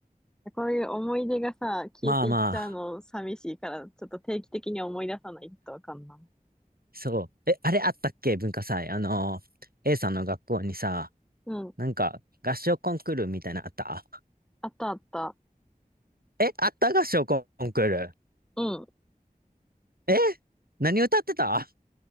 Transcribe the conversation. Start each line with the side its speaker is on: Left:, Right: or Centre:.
Centre: こういう思い出がさ、消えていっちゃうの寂しいから、
Right: まあまあ、
Centre: ちょっと定期的に思い出さないとわかんない。
Right: そう。え、あれあったっけ文化祭。あのー、A さんの学校にさ、
Centre: うん。
Right: なんか、合唱コンクールみたいなのあった
Centre: あったあった。
Right: え、あった合唱コンクール。
Centre: うん。
Right: え何歌ってたあ